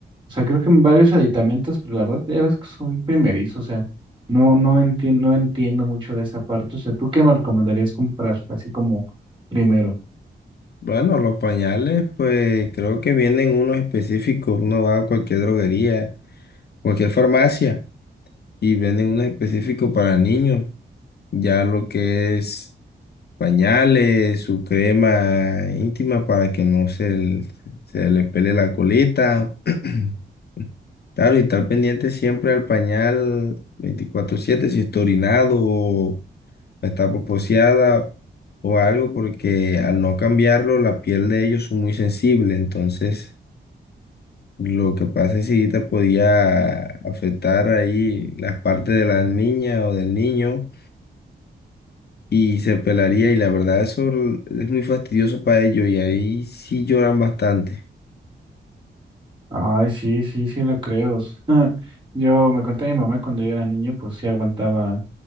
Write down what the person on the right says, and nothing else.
o sea, creo que varios aditamentos, pero la verdad, ya ves que soy primerizo, o sea, no, no entiendo, no entiendo mucho de esa parte, o sea, ¿tú qué me recomendarías comprar así como primero?
Ay, sí, sí, sí lo creo. <laughs> Yo me conté a mi mamá cuando yo era niño, pues sí aguantaba